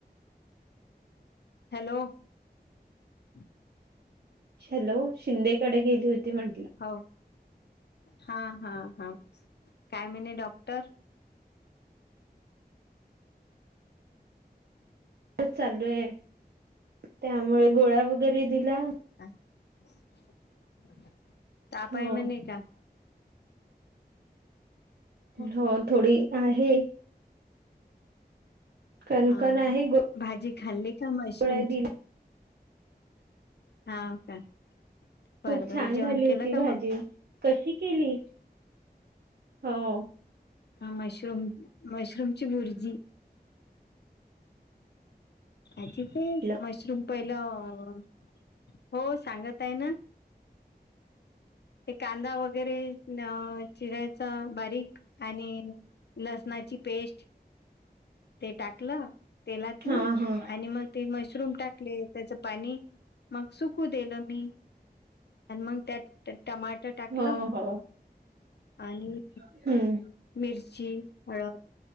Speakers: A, on the left; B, on the right.
A: Hello <unintelligible>
B: hello! शिंदेकडे गेली होती म्हटलं,
A: हो हा हा हा, काय म्हहिने डॉक्टर?
B: चालू आहे, त्यामुळे गोळ्या वगैरे दिला,
A: <unintelligible> तपाय
B: हो
A: म्ह का, हा
B: हो थोडी आहे. कणकण
A: हा
B: आहे
A: भाजी खाल्ली, मशरूम
B: गोळ्या दिला
A: ची, हा का, बरं
B: खूप
A: बरं
B: छान
A: जेवण
B: झाली
A: केलं
B: होती,
A: का
B: भाजी कशी केली? हो,
A: ह मशरूम मशरूमची बर्जी, हजच
B: म्हटलं
A: मशरूम पहिलं हो, सांगत आहे ना, ते कांदा वगैरे चिरायचा बारीक, आणि लसणाची पेस्ट ते टाकलं तेलात नाही
B: हा हा
A: आणि मग ते मशरूम टाकले त्याच पाणी मग सुकू देलं मी आणि मग त्यात टमाटर टाकलं
B: हो हो
A: आणि
B: हम्म
A: मिरच हळद